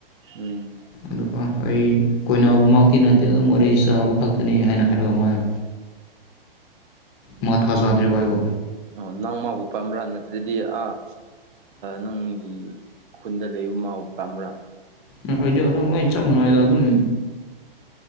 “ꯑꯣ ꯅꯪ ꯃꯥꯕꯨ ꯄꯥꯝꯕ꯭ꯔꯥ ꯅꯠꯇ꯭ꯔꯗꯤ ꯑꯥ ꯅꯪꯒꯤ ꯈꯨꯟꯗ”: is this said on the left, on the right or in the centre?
Right